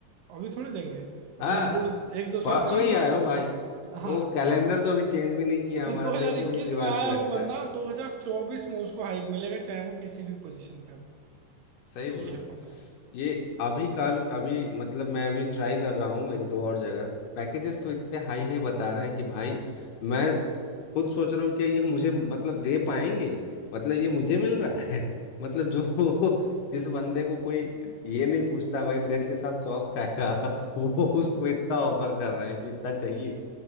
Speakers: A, on the right; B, on the left.
A: अभी थोड़ी देंगे अब
B: हाँ
A: एक डेढ़ एक दो साल
B: परसों
A: काम
B: ही
A: करो
B: आए हो भाई
A: हाँ
B: वो कैलेंडर
A: तो
B: तो अभी चेंज भी नहीं किया
A: तो
B: हमारा
A: 2021
B: देखो वही दीवार
A: में आया
B: पे लटका
A: हो बंदा
B: है
A: 2024 में उसको हाइक मिलेगा चाहे वो किसी भी पोजीशन पे हो
B: सही
A: ये
B: बोल
A: है
B: रहे
A: पंगा
B: हो ये अभी का अभी मतलब मैं अभी ट्राई कर रहा हूँ एक दो और जगह पैकेजेस तो इतने हाई हाई बता रहे हैं कि भाई मैं खुद सोच रहा हूँ कि ये मुझे मतलब दे पाएंगे मतलब ये मुझे मिल रहा है <laughs> मतलब जो जिस बंदे को कोई ये नहीं पूछता भाई ब्रेड के साथ सॉस खाएगा <laughs> वो उसको इतना ऑफर कर रहे हैं कि इतना चाहिए